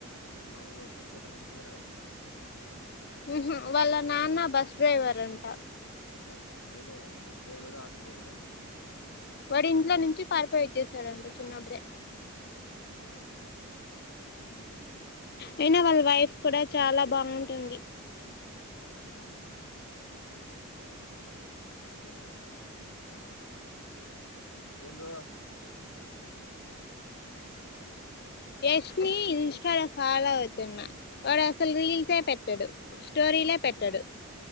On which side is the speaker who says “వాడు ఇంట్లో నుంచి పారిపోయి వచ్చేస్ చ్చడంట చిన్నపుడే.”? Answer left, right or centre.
Left